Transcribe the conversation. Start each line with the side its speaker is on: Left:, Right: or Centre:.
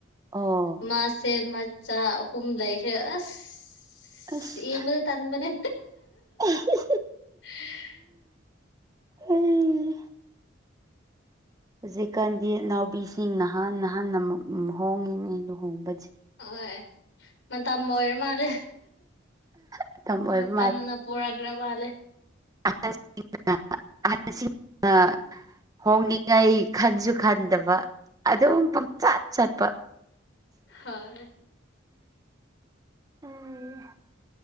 Right: ꯑꯣ
Left: ꯃꯥꯁꯦ ꯃꯆꯥ ꯑꯍꯨꯝ ꯂꯩꯈ꯭ꯔꯦ ꯑꯁ
Right: ꯑꯁ
Left: ꯌꯦꯡꯕꯗ ꯇꯟꯕꯅꯦ
Right: <unintelligible>
Left: <unintelligible>
Right: ꯑꯩ ꯍꯧꯖꯤꯛꯀꯥꯟꯗꯤ ꯏꯅꯥꯎꯄꯤꯁꯤꯡꯅ ꯍꯥꯟ ꯍꯥꯟ ꯑꯃꯨꯛ ꯍꯣꯡꯉꯤꯅꯦ ꯂꯨꯍꯣꯡꯕꯖꯦ
Left: ꯑꯣ ꯃꯇꯝ ꯑꯣꯏꯔ ꯃꯥꯜꯂꯦ
Right: ꯃꯇꯝ ꯑꯣꯏꯕ
Left: ꯃꯇꯝꯅ ꯄꯨꯔꯛꯔ ꯃꯥꯂꯦ
Right: <inaudible> ꯑꯍꯟꯁꯤꯡꯅ ꯍꯣꯡꯅꯤꯡꯉꯩ ꯈꯟꯁꯨ ꯈꯟꯗꯕ ꯑꯗꯨꯝ ꯆꯠ ꯆꯠꯄ
Left: ꯍꯣꯏ
Right: ꯎꯝ